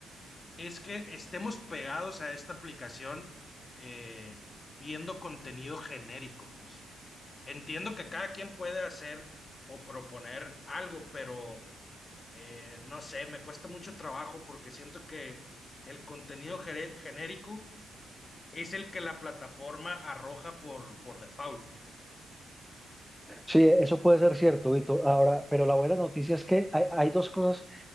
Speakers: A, on the left (about 30°); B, in the centre.
A: es que estemos pegados a esta aplicación eh, viendo contenido genérico, pues. Entiendo que cada quien puede hacer o proponer algo, pero eh, no sé, me cuesta mucho trabajo porque siento que el contenido gere- genérico es el que la plataforma arroja por, por default, ¿no?
B: Sí, eso puede ser cierto, Vito. Ahora, pero la buena noticia es que hay, hay dos cosas